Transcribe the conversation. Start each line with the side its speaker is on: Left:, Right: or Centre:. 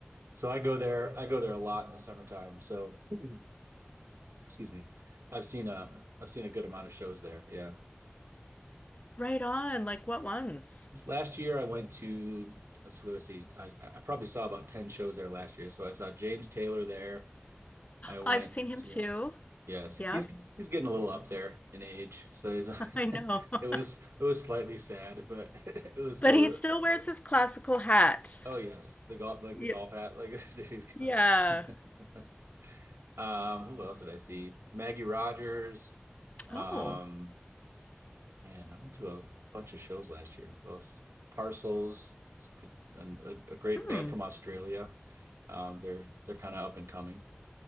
Right: So I go there. I go there a lot in the summertime. So, <clears throat> excuse me. I've seen a I've seen a good amount of shows there. Yeah.
Left: Right on. Like what ones?
Right: last year I went to let's see, I, I probably saw about 10 shows there last year. So I saw James Taylor there. I went
Left: I've seen him
Right: to
Left: too.
Right: yes, he's
Left: Yep.
Right: he's getting a little up there in age. So he's <laughs>
Left: <laughs> I know. <laughs>
Right: it was it was slightly sad, but <laughs> it was
Left: But
Right: still
Left: he still wears his classical hat.
Right: oh yes, the golf like
Left: Y-
Right: the golf hat like <laughs> he's gonna
Left: Yeah.
Right: <laughs> um who else did I see? Maggie Rogers, um
Left: Oh.
Right: Man, I went to a bunch of shows last year. Who else? Parcels, it's good- and a, a great
Left: Hmm.
Right: band from Australia. Um, they're they're kind of up and coming.